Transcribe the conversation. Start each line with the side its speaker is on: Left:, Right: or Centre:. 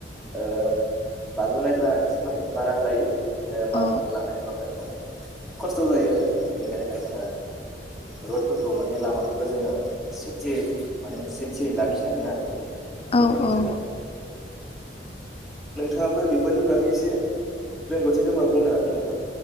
Centre: ओ बाज्ल'नायफोरा एसे माने बारा जायो बिदिनो माल
Left: औ
Centre: माथा लांनायफ्राव जोंहा माने खस्थ' जायो आरो बेनिखायनो ओ रडफोरखौ माने लामा खौ जोङो सेफटियै माने सेफटि लाखिनांगोन आरो
Left: औ
Centre: बेफोरनि
Left: औ
Centre: थाखाय नोंथाङाबो बेफोरनि बागै एसे रोंगौथि दंबा बुंनो हागोन नोंथां